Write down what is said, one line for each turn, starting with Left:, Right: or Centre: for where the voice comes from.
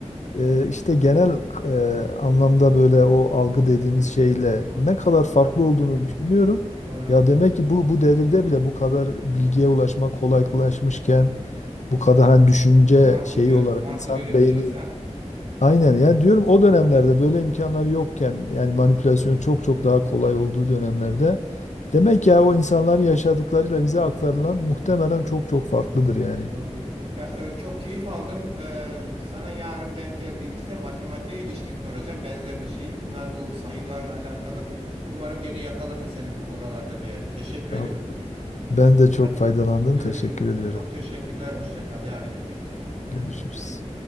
Left: e, işte genel e, anlamda böyle o algı dediğimiz şeyle
Right: Hı hı.
Left: ne kadar farklı
Right: Doğru.
Left: olduğunu düşünüyorum.
Right: Doğru.
Left: Ya demek ki bu bu devirde bile bu kadar bilgiye ulaşmak kolaylaşmışken bu kadar hani düşünce
Right: Farklı
Left: şeyi
Right: gö-
Left: olarak
Right: farklı
Left: insanın
Right: görebiliyorsak.
Left: beyni aynen yani diyorum o dönemlerde böyle imkanlar yokken yani manipülasyon çok çok daha kolay olduğu dönemlerde demek ya o insanların yaşadıklarıyla bize aktarılan muhtemelen çok çok farklıdır yani.
Right: Doğru. Ya e, çok keyif aldım. E, sana yarın denk geldiğimizde matematiğe ilişkin soracağım benzer bir şey. Bunlar bu sayılarla alakalı. Umarım gene yakalarım seni bu buralarda bir yerde. Teşekkür ediyorum.
Left: Tamam. Ben de çok
Right: Hadi
Left: faydalandım.
Right: görüşürüz.
Left: Teşekkür ediyorum.
Right: Çok teşekkürler. Hoşça kal. Yarın görüşürüz.
Left: Görüşürüz.